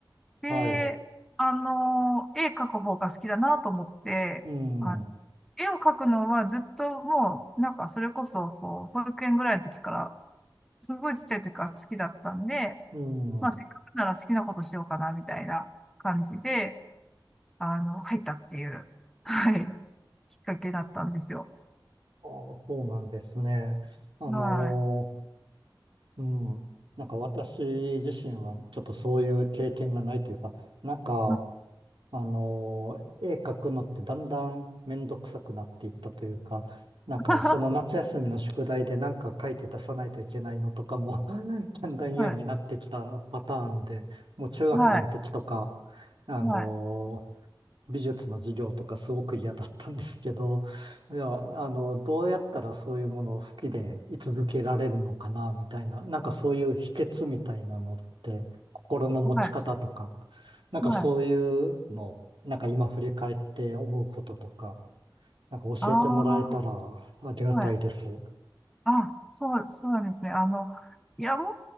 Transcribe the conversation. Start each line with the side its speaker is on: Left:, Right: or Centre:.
Centre: で、
Right: はい。う
Centre: あの、絵描く方が好きだなと思って、
Right: ーん。
Centre: あ
Right: う
Centre: 絵を描くのはずっともう、なんかそれこそ、こう、保育園ぐらいの時から、すごいちっちゃい時から好きだったんで、
Right: ーん。
Centre: まあ、せっかくなら好きなことしようかな、みたいな感じで、あの、入ったっていう、はい、きっかけだったんですよ。
Right: あーそうなんですね。あの
Centre: は
Right: ーうん。なんか私自身はちょっとそういう経験がないというか、なんか、
Centre: い。
Right: あのー絵描くのってだんだんめんどくさくなっていったというか、なんかその夏休みの宿題でなんか書いて出さないといけないのとかも
Centre: <laughs>
Right: <laughs> だんだん嫌になってきたパターンで、
Centre: はい。
Right: もう中学校の時とか、
Centre: はい。
Right: あのー美術の授業とかすごく嫌だったんですけど、
Centre: はい。
Right: いや、あの、どうやったらそういうものを好きで居続けられるのかな、みたいな、なんかそういう秘訣みたいなのって、心の持ち方とか、
Centre: はい。
Right: なんかそういうの、
Centre: はい。
Right: なんか今振り返って思うこととか、なんか教えてもらえたらありがたいです。
Centre: ああー、はい。あ、そう、そうなんですね。あの、いや、も